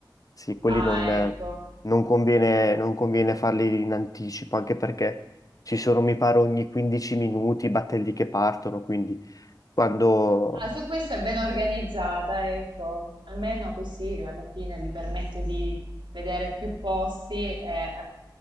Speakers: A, on the left; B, on the right.
A: Sì, quelli
B: Ah,
A: non, eh,
B: ecco.
A: non conviene, non conviene farli in anticipo, anche perché ci sono, mi pare, ogni 15 minuti i battelli che partono, quindi quando
B: Ah, su questo è ben organizzata, ecco, almeno così alla fine vi permette di vedere più posti e eh,